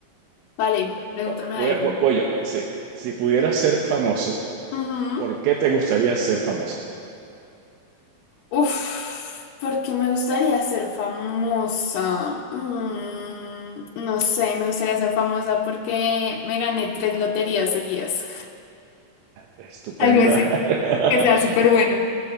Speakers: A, on the left; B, on the right.
A: Vale,
B: Mira,
A: pregúntame
B: va- voy,
A: algo.
B: a- voy, voy yo, sí. Si pudieras ser famoso,
A: Ujú.
B: ¿por qué te gustaría ser famoso?
A: Uf, porque me gustaría ser famosa. Mm, no sé, me gustaría ser famosa porque me gané tres loterías seguidas.
B: Estupenda.
A: <laughs> Algo así,
B: <laughs>
A: que sea súper bueno.